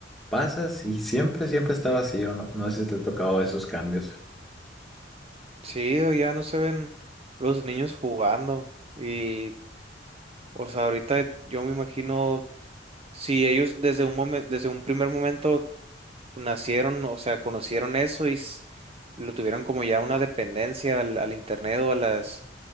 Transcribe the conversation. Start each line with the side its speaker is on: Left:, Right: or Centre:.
Centre: pasas y siempre, siempre está vacío, ¿no? No sé si te ha tocado esos cambios.
Right: Sí, o ya no se ven los niños jugando, y, o sea, ahorita yo me imagino, si ellos desde un momento, desde un primer momento nacieron, o sea, conocieron eso y s- lo tuvieron como ya una dependencia al, al internet o a las,